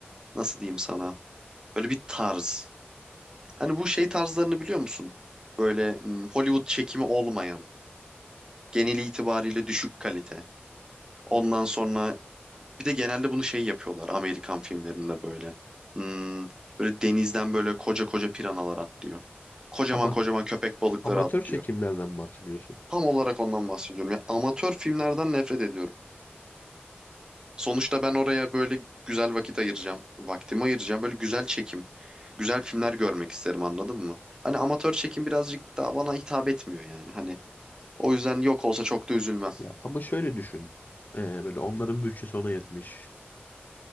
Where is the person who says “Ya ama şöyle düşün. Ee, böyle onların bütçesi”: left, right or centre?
Left